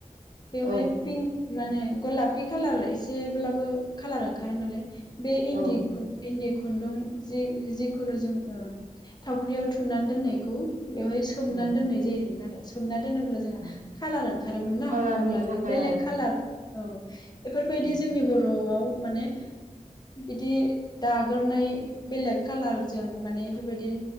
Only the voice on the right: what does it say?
औ
औ
उम,
उम,
कालारनि
थाखाय
आरो
उम,